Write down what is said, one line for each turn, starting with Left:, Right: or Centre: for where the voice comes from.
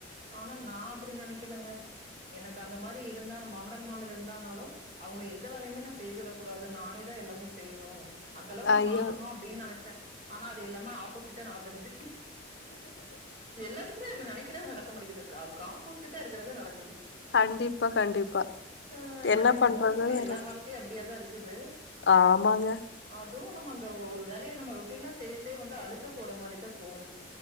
Right: ஆனா நா அப்புடி நனைக்கிலங்க எனக்கு அந்த மாரி இருந்தா மாமனர் மாமியார் இருந்தானாலு அவங்கள எந்த வேலையுமே நா செய் விடக் கூடாது நானே தா எல்லாமே செய்யணு அந்தளவு நா
Left: ஐயோ
Right: பாத்துக்குணோ அப்புடின் நனைச்சே ஆனா அது எல்லாமே ஆப்போசிட்டா நடந்துருச்சு எல்லாத்துக்குமே நம்ம நெனைக் க்கிறது நடக் நடக்க மாட்டிக்கிதுக்கா அதுக்கு ஆப்போசிட்டா இருக்கிறது நடக்குது
Left: கண்டிப்பா கண்டிப்பா
Right: ஆஹ் நெறைய
Left: என்ன பண்றது
Right: மோஸ்ட்லி
Left: வேற
Right: எல்லார வாழ்க்கையும் அப்படியாதான் இருக்குது
Left: ஆமாங்க
Right: அதுவும் நம்ம அந்த ஒ ஒரு வேலைய நம்ம ரொட்டீனா செய்ய செய்ய வந்து அழுத்து போற மாரிதான் தோணுது